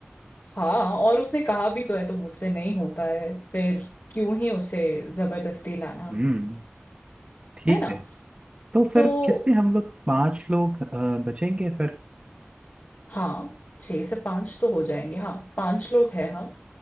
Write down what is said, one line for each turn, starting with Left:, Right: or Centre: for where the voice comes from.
Left: हाँ और उसने कहा भी तो है तो मुझसे नहीं होता है फिर क्यों ही उसे जबरदस्ती लाना
Right: हम्म ठीक
Left: है ना
Right: है तो
Left: तो
Right: फिर कितने हम लोग पांच लोग अ, बचेंगे फिर
Left: हाँ छह से पांच तो हो जाएंगे हाँ पांच लोग हैं हम